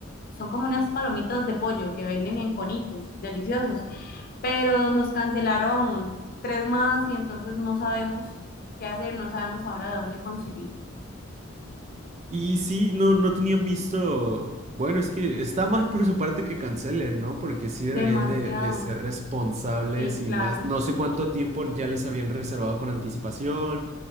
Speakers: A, on the left; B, on the right.
A: son como unas palomitas de pollo que venden en conitos, deliciosos pero nos cancelaron tres más y entonces no sabemos qué hacer, no sabemos ahora de dónde conseguir.
B: Y sí, no, no tenían visto, bueno, es que está mal por su parte que cancelen, ¿no? Porque sí
A: Demasiado.
B: deberían de, de ser responsables
A: Sí,
B: y
A: claro.
B: más, no sé cuánto tiempo ya les habían reservado con anticipación